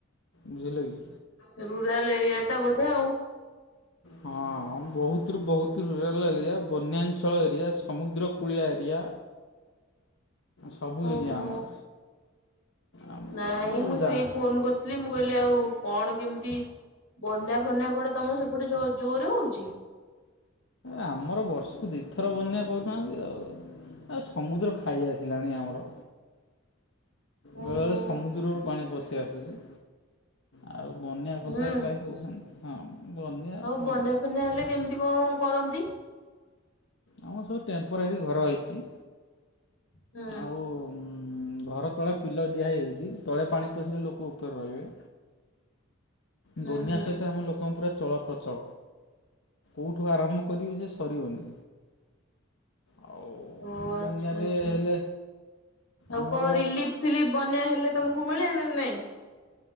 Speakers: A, on the left; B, on the left.
A: ବୁଝିଲେ କି?
B: ହୁଁ ରୁରାଲ୍ ଏରିଆ ଟା ବୋଧେ ଆଉ।
A: ହଁ ହଁ ଆମ୍ ବହୁତ୍ ରୁ ବହୁତ୍ ରୁରାଲ୍ ଏଲିଆ ବନ୍ୟାଞ୍ଚଳ ଏରିଆ ସମୁଦ୍ର କୂଳିଆ ଏରିଆ। ସବୁ
B: ଓହୋ।
A: ଏରିଆ ଆମର ଆମର
B: ନାଇଁ ମୁଁ ସେଇ
A: ଯା
B: ଫୋନ କରିଥିଲି ମୁଁ କହିଲି ଏ ଆଉ କଣ କେମତି ବନ୍ୟା ଫନ୍ୟା କୁଆଡେ ତମ ସେପଟେ ଜୋ ଜୋରରେ ହଉଚି।
A: ଆମର ବର୍ଷୁକୁ ଦିଥର ବନ୍ୟା କରୁନାହାନ୍ତି ଆଉ ଆ ସମୁଦ୍ର ଖାଇ ଆସିଲାଣି ଆମର।
B: ଓହୋ।
A: ବେଳେ ବେଳେ ସମୁଦ୍ରରୁ ପାଣି ପଶି ଆସୁଚି। ଆଉ ବନ୍ୟା
B: ହୁଁ
A: କଥା କାହି କହୁଛନ୍ତି ହଁ। ବନ୍ୟା
B: ଆଉ
A: କଣ
B: ବନ୍ୟା ଫନ୍ୟା ହେଲେ କେମତି କଣ କରନ୍ତି?
A: ଆମର ସବୁ ଟେମ୍ପରାରୀ ଘର ହେଇଚି।
B: ହୁଁ
A: ଆଉ ଉମ୍ ଘର ତଳ ପିଲର ଦିଆ ହେଇଯାଇଚି। ତଳେ ପାଣି ପଶିଲେ ଲୋକ ଉପେର ରହିବେ।
B: ହୁଁ
A: ବନ୍ୟା
B: ହୁଁ
A: ସହିତ ଆମ ଲୋକଙ୍କ ପୁରା ଚଳ ପ୍ରଚଳ। ଉଠ୍ ଠୁ ଆରମ୍ଭ କରିବି ଯେ ସରିବନି। ଆଉ
B: ଓ ଆଚ୍ଛା
A: ବନ୍ୟାରେ
B: ଆଚ୍ଛା।
A: ହେଲେ
B: ଆଉ
A: ଆମର
B: କଣ ରିଲିଫ୍ ଫିଲିଫ୍‌ ବନ୍ୟା ହେଲେ ତମକୁ ମିଳେ ନା ନାଇଁ?